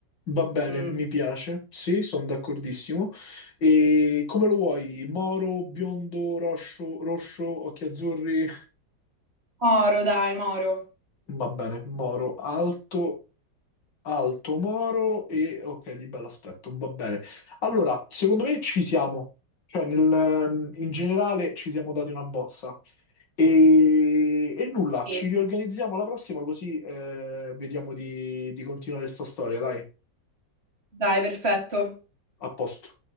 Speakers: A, on the left; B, on the right.
A: Va bene,
B: Mm.
A: mi piace, sì, sono d'accordissimo. E come lo vuoi? Moro, biondo, roscio, rosso, occhi azzurri?
B: Moro, dai, Moro.
A: Va bene, Moro, alto, alto, Moro e ok, di bell'aspetto, va bene. Allora, secondo me ci siamo, cioè nel- in generale ci siamo dati una bozza. E, e nulla,
B: Sì,
A: ci riorganizziamo alla prossima così eh, vediamo di, di continuare questa storia, dai,
B: dai, perfetto.
A: a posto.